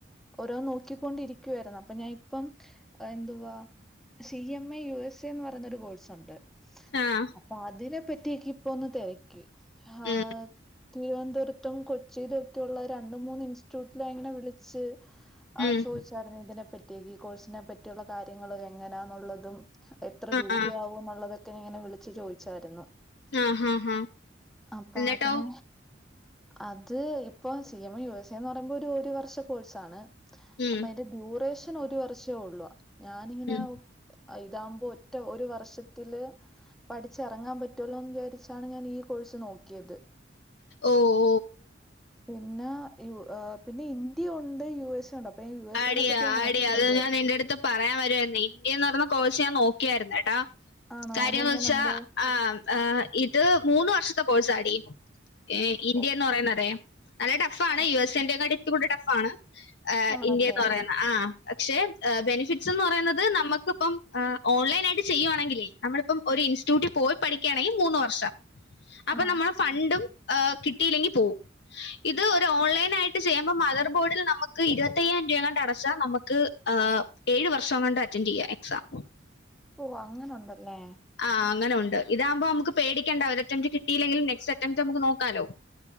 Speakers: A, in the centre; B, on the left.
A: ഓരോന്ന് നോക്കിക്കൊണ്ടിരിക്കുവായിരുന്നു അപ്പൊ ഞാൻ ഇപ്പം എന്തുവാ C M A U S A എന്ന് പറയുന്നൊരു കോഴ്സ് ഉണ്ട്
B: ആഹ്
A: അപ്പൊ അതിനെ പറ്റി ഒക്കെ ഇപ്പൊ ഒന്ന് തെരക്കി ഹാഹ്
B: ഉം
A: തിരുവനന്തപുരത്തും കൊച്ചിലും ഒക്കെയുള്ള രണ്ട് മൂന്ന് ഇൻസ്റ്റിറ്റ്യൂട്ടി ലൈൻ ൽ വിളിച്ച് ആ
B: ഉം
A: ചോദിച്ചായിരുന്നു ഇതിനെപ്പറ്റി ഒക്കെ ഈ കോഴ്സിനെ പറ്റിയുള്ള കാര്യങ്ങള് എങ്ങനാന്നുള്ളതും എത്ര
B: ആഹ്
A: രൂപയാവും
B: ആഹ്
A: എന്നുള്ളതൊക്കെ ഇങ്ങനെ വിളിച്ചു ചോദിച്ചായിരുന്നു
B: ആഹ് ആഹ് ആഹ്
A: അപ്പൊ
B: എന്നിട്ടോ
A: അതിന് അത് ഇപ്പ സി എം യു എസ് സന്ന് പറയുമ്പോ ഒരു ഒരു വർഷ കോഴ്സാണ്
B: ഉം
A: അപ്പൊ അയ്ന്റെ ഡ്യൂറേഷൻ ഒരു വർഷേ ഉള്ളൂ ഞാനിങ്ങനെ
B: ഉം
A: അഹ് ഇതാവുമ്പോ ഒറ്റ ഒരു വർഷത്തില് പഠിച്ചിറങ്ങാൻ പറ്റുവല്ലോ എന്ന് വിചാരിച്ചാണ് ഞാൻ ഈ കോഴ്സ് നോക്കിയത്.
B: ഓഹ്‌
A: പിന്നെ യു ഏഹ് പിന്നെ ഇന്ത്യ ഉണ്ട് യുഎസ് ഉണ്ട് അപ്പൊ ഞാൻ യു എസ്
B: ആടി
A: സനെ പറ്റിയനോക്കിയത്
B: ആടി അത് ഞാൻ നിന്റെ അടുത്ത് പറയാൻ വരുവാരുന്നു ഇന്ത്യന്ന് പറഞ്ഞ കോഴ്സ് ഞാൻ നോക്കിയായിരുന്നു കേട്ടോ
A: ആണോ?
B: കാര്യോന്ന്
A: അതെങ്ങനുണ്ട്?
B: വെച്ചാ ആ ആ ഇത് മൂന്ന് വർഷത്തെ കോഴ്സ് ആടീ ഏഹ് ഇന്ത്യ
A: ഒ
B: എന്ന് പറയുന്നതേ നല്ല ടഫ് ആണ്
A: അ
B: യു എസ് ന്റെങ്ങാട്ടി ഇത്തിരി കൂടി ടഫ്ഫാണ് ഏഹ്
A: ആണല്ലേ?
B: ആഹ്‌ പക്ഷെ ബെനിഫിറ്റ്സ് എന്ന് പറയുന്നത് നമുക്കിപ്പം ആഹ്‌ ഓൺലൈൻ ആയിട്ട് ചെയ്യുവാണെങ്കിലെ നമ്മളിപ്പം ഒരു ഇൻസ്റ്റിറ്റ്യൂട്ടിൽ പോയി പഠിക്കുകയാണെങ്കി മൂന്നു വർഷം അപ്പൊ
A: ആഹ്.
B: നമ്മളെ ഫണ്ടും ഏഹ് കിട്ടിയില്ലെങ്കി പോവും. ഇത് ഒരു ഓൺലൈൻ ആയിട്ട് ചെയ്യുമ്പോ മദർബോർഡിൽ നമുക്ക് ഇരുപ ത് എങ്ങാണ്ട് അടച്ച നമുക്ക് ഏഹ് ഏഴ് വർഷം കൊണ്ട് അറ്റൻഡറ് ചെയ്യാം എക്സാം
A: ഓഹ്‌ അങ്ങനുണ്ടല്ലേ.
B: ആഹ് അങ്ങനുണ്ട് ഇതാകുമ്പോ നമുക്ക് പേടിക്കണ്ട ഒരു അറ്റംറ്റ് കിട്ടയില്ലെങ്കിലും നക്സ്റ്റ് അറ്റംറ്റ് നമുക്ക് നോക്കാലോ